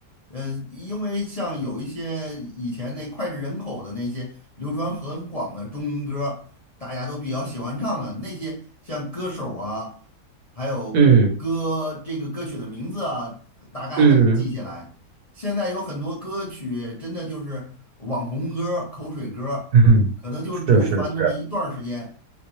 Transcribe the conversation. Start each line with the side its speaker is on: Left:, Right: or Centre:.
Left: 呃，因为像有一些以前那脍炙人口的那些流传很广的中文歌，大家都比较喜欢唱的那些，像歌手啊，还有歌这个歌曲的名字啊，
Right: 嗯
Left: 大概还能记下来。
Right: 嗯
Left: 现在有很多歌曲真的就是网红歌、口水歌，
Right: 嗯，
Left: 可能就流传那么一段儿时间，
Right: 是是是，